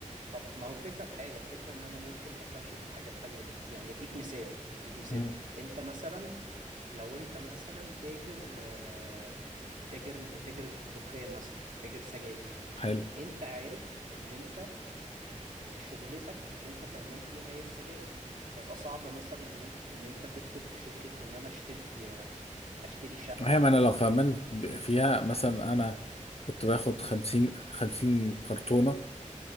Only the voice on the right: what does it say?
طب ما هو الفكرة في حاجة الفكرة ان انا ممكن ما افهمش في الحاجة التانية دي يعني اديك مثال اديك مثال
انت مثلا لو انت مثلا تاجر آه، تاجر تاجر دخان مثلا تاجر سجاير
انت عارف ان انت شغلتك اللي انت فاهمان فيها هي السجاير هيبقى صعب مثلا ان انت ان انت تدخل في شغلة ان انا اشتري اشتري شقة